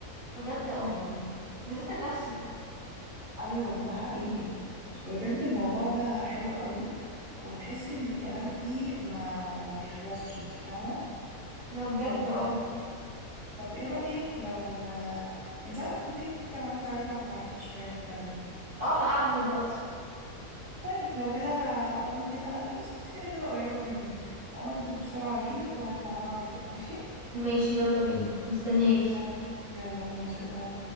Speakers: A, on the right; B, on the right.
A: بجد اه
B: يعني
A: بالذات النفسي
B: ايوه ده حقيقي بجد الموضوع ده حلو قوي وتحسي ان الكلام فيه ما ما بيخلصش انت فاهمة
A: ده بجد
B: طب
A: اه
B: طب ايه رأيك لو آه، انت قاعدة في البيت ممكن اعدي عليك اقعد معاكي شوية نتكلم
A: اه انا قاعدة دلوقتي
B: طيب لو كده هقوم كده البس كده كده قريبة مني اقوم البس بسرعة واجيلك ونقعد مع بعض كده ماشي
A: ماشي يلا بينا مستنياكي
B: يلا يلا ماشي باي